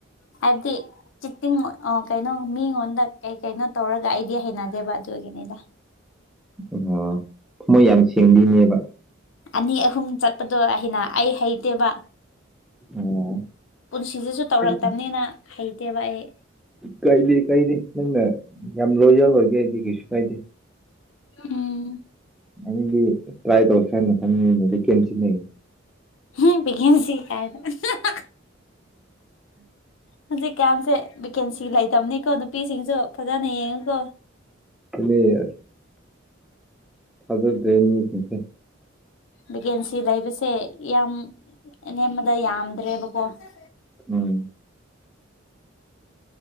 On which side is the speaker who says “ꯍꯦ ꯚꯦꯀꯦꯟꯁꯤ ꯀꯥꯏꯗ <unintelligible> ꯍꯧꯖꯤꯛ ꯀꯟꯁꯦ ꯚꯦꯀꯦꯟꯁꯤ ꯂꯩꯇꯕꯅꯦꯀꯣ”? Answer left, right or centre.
Left